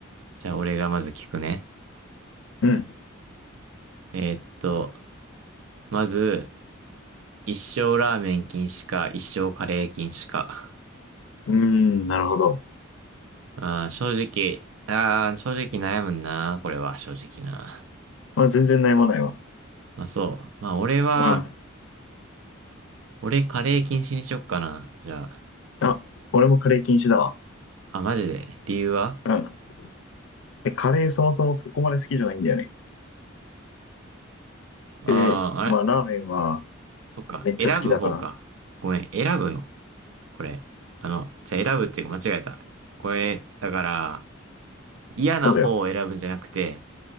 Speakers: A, on the right; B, on the left.
A: じゃあ俺がまず聞くね。
B: うん。
A: えーっと、まず、一生ラーメン禁止か、一生カレー禁止か。
B: うーん、なるほど。
A: あー正直、あー正直悩むな、これは正直な。
B: まあ、全然悩まないわ。
A: まあそう。まあ俺は
B: うん。
A: 俺、カレー禁止にしよっかな。じゃあ。
B: あ、俺もカレー禁止だわ。
A: あ、マジで。理由は
B: うん。で、カレーそもそもそこまで好きじゃないんだよね。
A: ああー、
B: で、
A: あれ
B: まあ、ラーメンは
A: そっか。
B: めっちゃ好きだから。
A: 選ぶ方か。ごめん。選ぶの。これ。あの、じゃあ選ぶっていうか間違えた。これ、だから、嫌な方を選ぶんじゃなくて、
B: そうだよ。